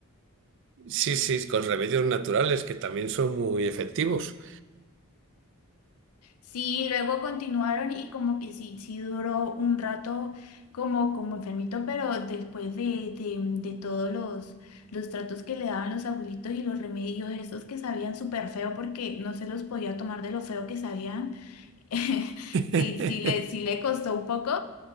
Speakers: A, on the right (about 55°); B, on the left (about 85°).
A: Sí, sí, con remedios naturales que también son muy efectivos.
B: Sí, luego continuaron y como que sí, sí duró un rato como, como enfermito, pero después de, de, de todos los los tratos que le daban los abuelitos y los remedios, esos que sabían súper feo porque no se los podía tomar de lo feo que sabían. <laughs>
A: <laughs>
B: Sí, sí le, sí le costó un poco,